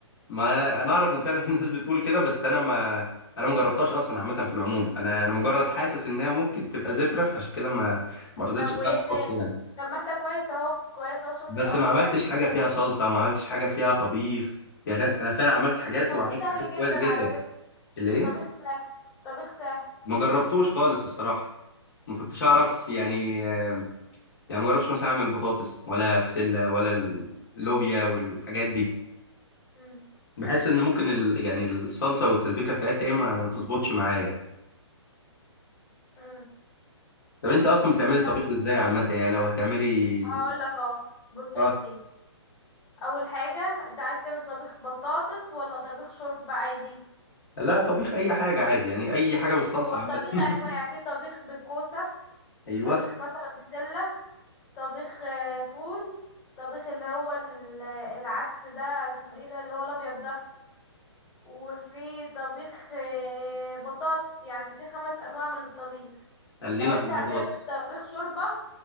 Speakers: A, on the left; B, on the left.
A: ما انا أنا اعرف ان فعلا <laughs> الناس بتقول كده بس انا ما انا ما جربتهاش اصلا عامة في العموم انا انا مجرد حاسس ان هي ممكن تبقى زفرة فعشان كده ما ما رضيتش
B: طب
A: ان
B: وإيه
A: انا
B: تاني
A: احط يعني
B: طب ما انت كويس اهو كويس اهو شاطر
A: بس
B: قوي
A: ما
B: في
A: عملتش
B: حاجات
A: حاجه
B: كتير.
A: فيها صلصه ما عملتش حاجه فيها طبيخ يعني انا أنا فعلا عملت حاجات
B: الطبيخ
A: وعملت
B: سهل
A: حاجات
B: جدا
A: كويس جدا
B: على فكرة
A: ليه
B: الطبيخ سهل الطبيخ سهل
A: ما جربتوش خالص الصراحه ما كنتش اعرف يعني آه، يعني ما جربتش مثلا اعمل بطاطس ولا بسله ولا اللوبيا والحاجات دي
B: امم
A: بحس ان ممكن ال... يعني الصلصه والتسبيكه بتاعتها ايه ما تظبطش معايا
B: امم
A: طب انت اصلا بتعملي الطبيخ
B: طب
A: ازاي عامه يعني لو هتعملي
B: هقول لك اهو بص
A: اه
B: يا سيدي اول حاجة انت عايز تعمل طبيخ بطاطس ولا طبيخ شوربة عادي
A: لا طبيخ اي حاجه عادي يعني اي حاجه بالصلصه
B: هو الطبيخ
A: عامه
B: انواع
A: <laughs>
B: في طبيخ بالكوسة
A: ايوه
B: طبيخ مثلا بسلة طبيخ آه، فول طبيخ اللي هو ال- العدس ده اسمه ايه ده اللي هو الابيض ده وفي طبيخ آه، بطاطس يعني في خمس انواع من الطبيخ
A: خلينا
B: لو انت
A: في البطاطس
B: هتعمل طبيخ شوربة